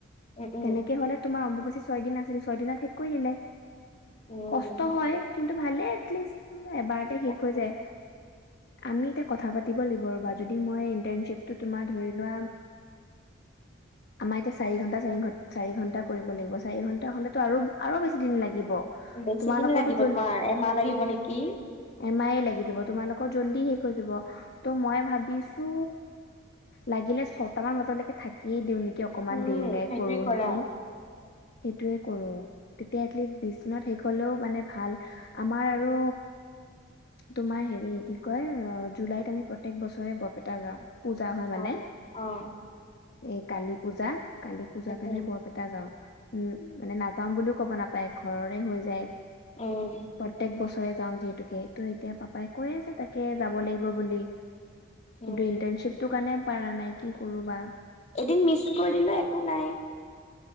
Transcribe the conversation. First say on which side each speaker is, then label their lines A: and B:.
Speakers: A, on the left; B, on the left.
A: উম
B: তেনে
A: উম
B: তোমাৰ অম্বুবাচী ছয় দিন আছিল ছয় দিনত শেষ কৰি আহিলে।
A: উম
B: কষ্ট হয় কিন তু ভালে এটলিষ্ট এবাৰতে শেষ
A: তাকে
B: হৈ যায়। আমি এতিয়া কথা পাতিব লাগিব ৰ'বা যদি মই ইন্টাৰ্ণশ্বিপটো তোমাৰ ধৰি লোৱা আমাৰ এতিয়া চাৰি ঘন্টা, চাৰি ঘন্টা চাৰি ঘন্টা কৰিব লাগিব। চাৰি ঘন্টা, হলেতো আৰু আৰু বেছি দিন লাগিব। ব
A: বেছি
B: তোমালোকৰটো
A: দিন লাগিব
B: জল,
A: তোমাৰ এমাহ লাগিব নেকি?
B: এম আই লাগি যাব তোমালোকৰ জল্দি শেষ হৈ যাব ত' মই ভাবিছো। লাগিলে ছটা মান বজলৈকে থাকিয়ে দিওঁ নে কি অকমান
A: উম
B: দেৰিলে
A: সেইটোৱে
B: কৰো
A: কৰা
B: নেকি? টোৱ কৰো। তেতিয়া এটলিষ্ট বিশ দিনত শেষ হলেও মানে ভাল আমাৰ আৰু তোমাৰ হেৰি কি কয় জুলাইত আমি প্ৰত্যেক বছৰে বৰপেটা যাওঁ। পূজা হয় মানে
A: অঁহ অঁ
B: এই কালি পূজা, কালি পূজা কাৰণে
A: উম
B: বৰপেটা যাওঁ। উম মানে নাযাম বুলিও ক'ব নাপায় ঘৰৰে হৈ যায়
A: উম
B: প্ৰত্যেক বছৰে যাওঁ যিহেতুকে তো এতিয়া পাপাই কৈ আছে তাকে যাব লাগিব বুলি। কিন্তু
A: উম
B: ইণ্টাৰ্ণশ্বিপটো কাৰণে পাৰা নাই কি কৰো বা?
A: এদিন মিছ কৰিদিলে একো নাই